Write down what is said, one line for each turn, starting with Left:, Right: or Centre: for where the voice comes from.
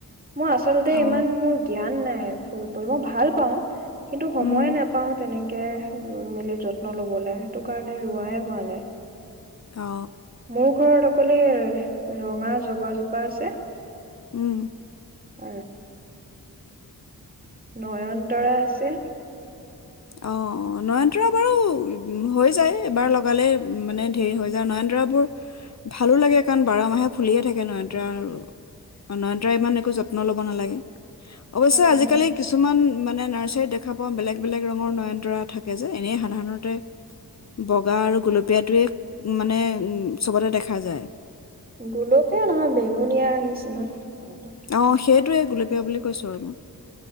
Right: মোৰ আচলতে
Left: অ
Right: ইমান মোৰ জ্ঞান নাই ফুল <unintelligible> মই ভাল পাওঁ কিন্তু সময়ে
Left: উম
Right: নাপাওঁ তেনেকে কে ৰুই মেলি যত্ন ল'বলে টো কাৰণে ৰুৱাই হোৱা নাই।
Left: অ
Right: মোৰ ঘৰত কলে ৰঙা জবা জোপা আছে
Left: উম
Right: আৰ নয়নতৰা আছে
Left: অ অ নয়নতৰা বাৰু হৈ যায় এবাৰ লগালে মানে ধেৰ হৈ যায় নয়নতৰাবোৰ ভালো লাগে কাৰণ বাৰ মাহে ফুলিয়ে থাকে নয়নতৰা আৰু নয়নতৰা ইমান একো যত্ন ল'ব নালাগে অৱশ্যে
Right: উম
Left: আজিকালি কিছুমান মানে নাৰ্চাৰীত দেখা পাওঁ বেলেগ বেলেগ ৰঙৰ নয়নতৰা থাকে কে যে এনেই সাধাৰণতে বগা আৰু গোলপীয়াটোৱে মানে উ চবতে দেখা যায়
Right: গোলকে নহয় বেঙুনিয়া নিচিনা। ৰঙটো
Left: অ সেইটোয়ে বুলি কৈছো আৰু মই।